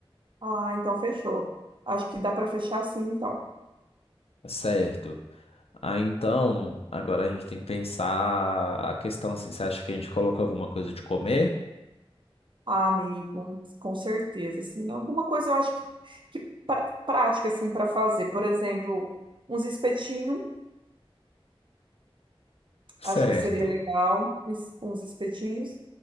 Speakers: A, on the right (about 55°); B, on the left (about 85°).
A: Ah, então fechou. Acho que dá para fechar assim, então.
B: É Certo. Ah, então, agora a gente tem que pensar a questão assim, você acha que a gente coloca alguma coisa de comer?
A: Ah, amigo, com certeza, assim, alguma coisa eu acho que, que pra- prática, assim, para fazer, por exemplo, uns espetinhos,
B: Certo.
A: acho que seria legal, uns uns espetinhos,